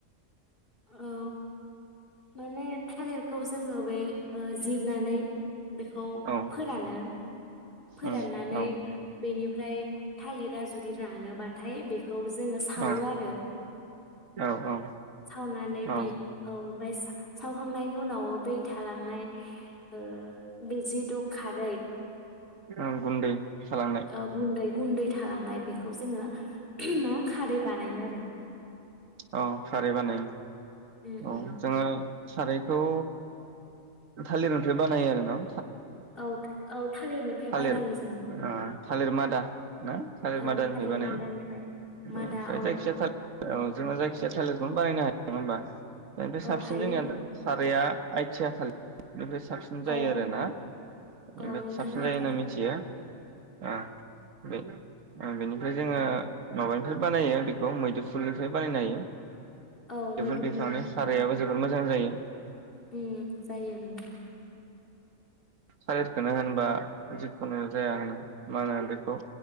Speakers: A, on the left; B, on the right.
A: औ माने थालिरखौ जोङो बे ओ जिरनानै बेखौ
B: औ
A: फोरानो फोराननानै
B: उम औ
A: बेनि फ्राय थालिरा जुदि रानोबाथाय बे खौ जोङो सावो
B: औ
A: आरो
B: औ औ
A: अनानै
B: औ
A: बि औ ओमबायस सा-सावहांनायनि उनाव उनाव बै थालांनाय ओ बे जिदु खारै
B: ओं गुन्दै खालामनाय
A: ओ गुन्दै गुन्दै थालांनाय बेखौ जोङो <unintelligible> मा खारै बानायो आरो
B: अ खारै बानायो
A: उम
B: औ
A: उम
B: जोङो सारायखौ थालिरनिफ्राय बानायो आरो ना?
A: औ औ थालिरनिफ्राय
B: थालिर
A: बानायो जोङो
B: ओ थालिर मादा ना थालिर
A: औ
B: मादानिफ्राय बानायो
A: मादानिफ्राय मादा औ
B: जायखिया थाल
A: उम,
B: औ जोंङो जायखिजाया थालिर नआवनो बानायनो हायो नंङा होनबा? निफ्राय
A: औ
B: साबसिन
A: हायो
B: जोंङो साराया आयथिया थालि बेनिफ्राय साबसिन जायो
A: औ
B: आरो ना बेनिफ्राय
A: औ नोंथाङा
B: साबसिन
A: आथिया
B: जायो होनना
A: सा-
B: मिथियो औ बे ओ बेनिफ्राय
A: उम,
B: जोङो माबानिफोर बानायो बेखौ मैदु फुलनिफ्राय बानायनो हायो
A: औ मैदुफुलनिफ्राय
B: बेफोर बेखनो साराया बाज बोर मोजां जायो
A: उम जायो नोंथां
B: सालिरखौनो होनबा जिखुनु जाया होनो मा होनो बेखौ